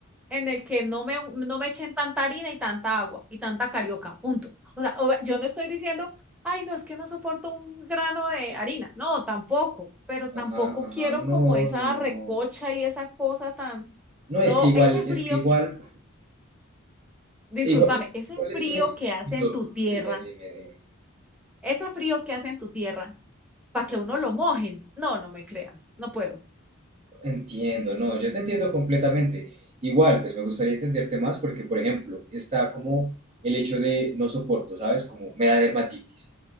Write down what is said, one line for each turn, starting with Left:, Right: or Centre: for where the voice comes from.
Centre: en el que no me, no me echen tanta harina y tanta agua y tanta carioca, punto. O sea, o- yo no estoy diciendo, ay, no, es que no soporto un grano de harina, no, tampoco, pero tampoco
Right: Ajá, ajá,
Centre: quiero
Right: no,
Centre: como esa
Right: no, no.
Centre: recocha y esa cosa tan,
Right: No, es
Centre: no,
Right: que igual,
Centre: ese frío
Right: es que igual.
Centre: que, discúlpame,
Right: Igual es,
Centre: ese
Right: igual es
Centre: frío
Right: res-
Centre: que hace
Right: sí, co-
Centre: en tu tierra,
Right: Dime, dime, dime.
Centre: ese frío que hace en tu tierra, para que a uno lo mojen, no, no me creas, no puedo.
Right: Entiendo, no, yo te entiendo completamente. Igual, pues me gustaría entenderte más porque, por ejemplo, está como el hecho de no soporto, ¿sabes? Como me da dermatitis.